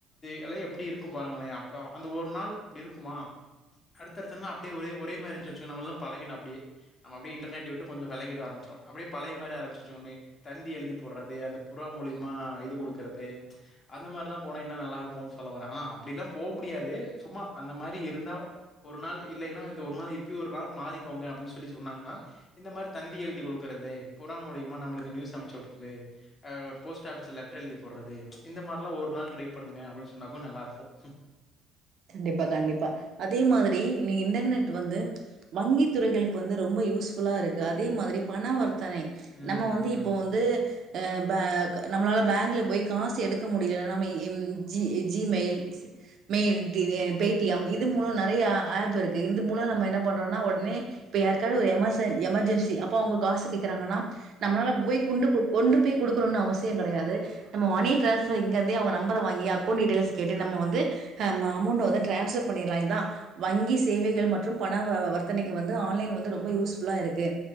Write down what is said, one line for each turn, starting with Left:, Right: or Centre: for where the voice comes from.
Left: எல்லாம் எப்படி இருக்கும் பாருங்களேன் அப்போ அந்த ஒரு நாள் இருக்குமா அடுத்தடுத்த நாள் ஒரெ மாறி <unintelligible> நாம் அப்படியே இன்டர்நெட் விட்டு விலக ஆரம்பிச்சு அப்படியே பழைய மாதிரி ஆரம்பிச் தந்தி எழுதி போடுறது அந்த புறா மூலியமா இது கொடுக்கறது அந்த மாதிராலாம் போன நல்லா இருக்கும் சொல்ல வ ஆனா அப்படிலாம் போ முடியாது சும்மா அந்த மாதிரி இருந்தா ஒரு நாள் இல்லைன்னா இந்த ஒரு நாள் இப்ப ஒரு நா மாறிக்கோங்க அப்படின்னு சொல்ல சொன்னாங்கன்ன இந்த மாதிரி தந்தி எழுதி குடுக்கறது புறா முலியமா நமக்கு நியூஸ் அமுச்சு விடுறது போஸ்ட் ஆபிஸ் லெட்டர் எழுதி போடுறது இந்த மாதிரிலாம் ஒரு நாள் டிரை பண்ணுங்க அப்படின்னு சொன்னா நல்லா இருக்கும்
Right: கண்டிப்பா கண்டிப்பா அதே மாதிரி இனி இன்டர்நெட் வந்து வங்கி துறைகளுக்கு வந்து ரொம்ப யூஸ்ஃபூல்லா இருக்கு அதே மாதிரி பண வர்த்தனை
Left: ம்
Right: நம்ம வந்து
Left: ம்
Right: இப்போ வந்து பே நம்மளால பேங்கில் போய் காசு எடுக்க முடியலனா நம்ம எ G Gmail mail Paytm இது மூலம் நெறயா ஆப் இருக்கு இந்த மூலம் நம்ம என்ன பண்றோனா உடனே இப்ப யாருக்காவது ஒரு எமர்ஜென்சி அப்ப அவுங்க காசு கேக்குறாங்கன்னா நம்மளால போய் கொ கொண்டு போய் குடுக்கணுனு அவசியம் கெடையாது நம்ம மணி டிரான்ஸ்பர் அவுங்க நம்பர வாங்கி அக்கௌன்ட் டீடைல்ஸ் கேட்டு நம்ம வந்து அமௌண்ட வந்து ட்ரான்ஸ்ஃபர் பண்ணிரலா இதா வங்கி சேவைகள் மற்றும் பண வ வர்த்தனைக்கு வந்து ஆன்லைன் வந்து ரொம்ப யூஸ் ஃபுல்லா இருக்கு